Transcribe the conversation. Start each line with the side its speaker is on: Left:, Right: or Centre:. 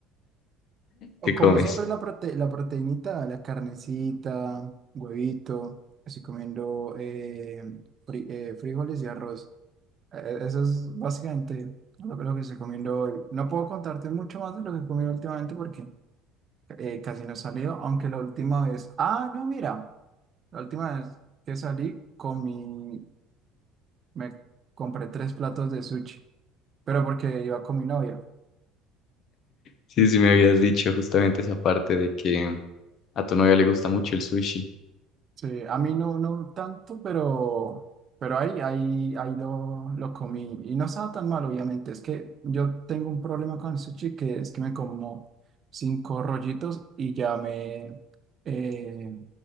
Right: O
Left: ¿Qué
Right: Como
Left: comes?
Right: siempre la prote, la proteínita, la carnecita, huevito. Estoy comiendo eh, fri- eh, frijoles y arroz. Eh, Eso es básicamente lo, que lo que estoy comiendo hoy. No puedo contarte mucho más de lo que he comido últimamente porque eh, casi no he salido, aunque la última vez, ah, no, mira, la última vez que salí comí me compré tres platos de sushi, pero porque iba con mi novia.
Left: Sí, sí me habías dicho justamente esa parte de que a tu novia le gusta mucho el sushi.
Right: Sí, a mí no, no tanto, pero, pero ahí, ahí, ahí lo, lo comí y no estaba tan mal, obviamente. Es que yo tengo un problema con el sushi que es que me como cinco rollitos y ya me eh,